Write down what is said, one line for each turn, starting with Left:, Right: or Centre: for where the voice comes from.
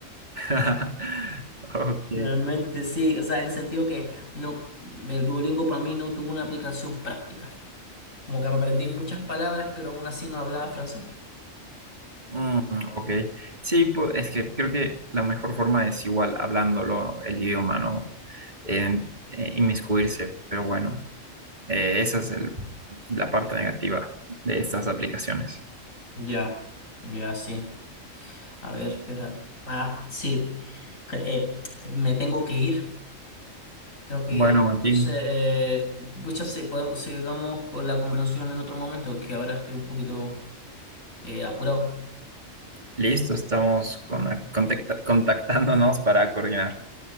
Right: <laughs> Ok.
Left: Realmente sí, o sea, en el sentido que no, el Duolingo para mí no tuvo una aplicación práctica. Como que aprendí muchas palabras, pero aún así no hablaba francés.
Right: Mm, ok. Sí, pu- es que creo que la mejor forma es igual hablándolo el idioma, ¿no? En- eh, inmiscuirse, pero bueno, eh, esa es el- la parte negativa de estas aplicaciones.
Left: Ya, ya sí. A ver, espera. Ah, sí. Que, eh, me tengo que ir. Tengo que
Right: Bueno,
Left: ir ahora,
Right: Martín,
Left: entonces, eh, pucha, sí, podemos, sigamos con la conversación en otro momento, que ahora estoy un poquito eh, apurado.
Right: listo, estamos con- contacta- contactándonos para coordinar.